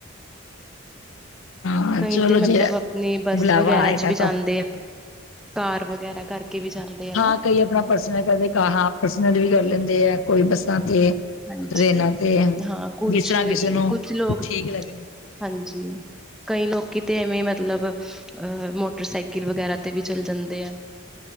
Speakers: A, on the left; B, in the centre.
A: ਹਾਂ
B: ਕਈ
A: ਚਲੋ
B: ਤੇ ਮਤਲਬ
A: ਜੇ
B: ਆਪਣੀ ਬੱਸ
A: ਬੁਲਾਵਾ
B: ਵਗੈਰਾ
A: ਆਏਗਾ
B: ਚ ਵੀ
A: ਤਾਂ
B: ਜਾਂਦੇ ਆ ਕਾਰ ਵਗੈਰਾ ਕਰਕੇ ਵੀ ਜਾਂਦੇ ਆ
A: ਹਾਂ
B: ਨਾ
A: ਕਈ ਆਪਣਾ ਪਰਸਨਲ ਕਰਦੇ ਹਾਂ ਪਰਸਨਲ ਵੀ ਕਰ ਲੈਂਦੇ ਆ ਕੋਈ ਬਸ ਤੇ
B: ਹਾਂਜੀ
A: ਟਰੇਨਾਂ ਤੇ
B: ਹਾਂ ਕੁਛ
A: ਬਿਸਰਾਂ ਕਿਸੇ ਨੂੰ
B: ਕੁਛ ਲੋਕ
A: ਠੀਕ ਲੱਗ
B: ਹਾਂਜੀ ਕਈ ਲੋਕੀ ਤੇ ਐਵੇਂ ਮਤ ਮਤਲਬ ਅ ਮੋਟਰਸਾਈਕਲ ਵਗੈਰਾ ਤੇ ਵੀ ਚਲੇ ਜਾਂਦੇ ਆ